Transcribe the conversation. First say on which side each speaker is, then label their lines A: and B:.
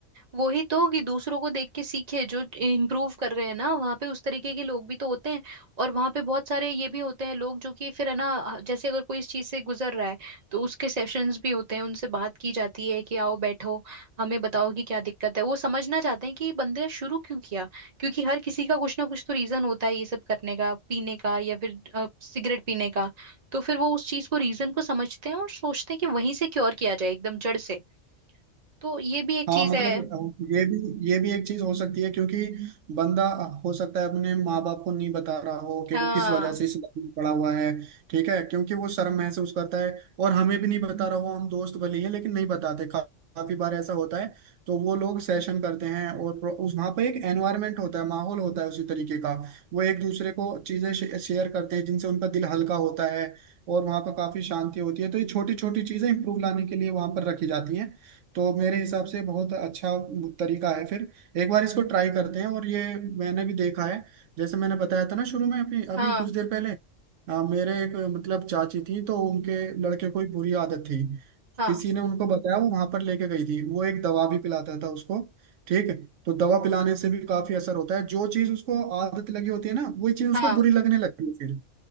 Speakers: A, on the right (about 35°); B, on the right (about 80°).
A: वही तो कि दूसरों को देख के सीखे जो इम्प्रूव कर रहे हैं ना वहाँ पे उस तरीके के लोग भी तो होते हैं और वहाँ पे बहुत सारे ये भी होते हैं लोग जो कि फिर है ना जैसे अगर कोई इस चीज से गुजर रहा है तो उसके सेशंस भी होते हैं उनसे बात की जाती है कि आओ बैठो हमें बताओ कि क्या दिक्कत है वो समझना चाहते हैं कि ये बंदे शुरू क्यों किया क्योंकि हर किसी का कुछ ना कुछ तो रीजन होता है ये सब करने का पीने का या फिर अ, सिगरेट पीने का तो फिर वो उस चीज को रीजन को समझते हैं और सोचते हैं कि वहीं से क्योर किया जाए एकदम जड़ से तो ये भी एक
B: हाँ
A: चीज
B: मतलब
A: है
B: ये भी ये भी एक चीज हो सकती है क्योंकि बंदा हो सकता है अपने माँ बाप को नहीं बता रहा हो कि
A: हाँ
B: वो किस वजह से इस लाइन में पड़ा हुआ है ठीक है क्योंकि वो शर्म महसूस करता है और हमें भी नहीं बता रहा हो हम दोस्त भले ही हैं लेकिन नहीं बताते का, काफी बार ऐसा होता है तो वो लोग सेशन करते हैं और प्रो- उस वहाँ पे एक एनवायरनमेंट होता है माहौल होता है उसी तरीके का वो एक दूसरे को चीजें शेयर करते हैं जिनसे उनका दिल हल्का होता है और वहाँ पर काफी शांति होती है तो ये छोटी छोटी चीजें इंप्रूव लाने के लिए वहाँ पर रखी जाती हैं तो मेरे हिसाब से बहुत अच्छा तरीका है फिर एक बार इसको ट्राई करते हैं और ये मैंने भी देखा है जैसे मैंने बताया था ना शुरू में अपनी
A: हाँ
B: अभी कुछ देर पहले अ, मेरे एक मतलब चाची थी तो उनके लड़के को एक बुरी आदत थी
A: हाँ
B: किसी ने उनको बताया वो वहां पर लेके गई थी वो एक दवा भी पिलाता था उसको ठीक है तो दवा पिलाने से भी काफी असर होता है जो चीज उसको आदत लगी होती है ना वही चीज उसको
A: हाँ
B: बुरी लगने लगती है फिर